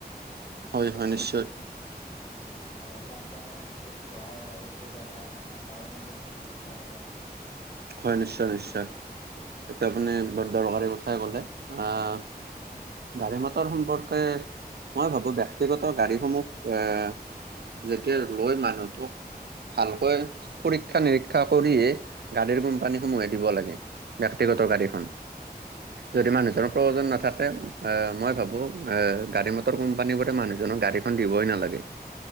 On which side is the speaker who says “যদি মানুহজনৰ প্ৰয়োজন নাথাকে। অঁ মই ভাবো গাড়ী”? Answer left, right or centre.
Right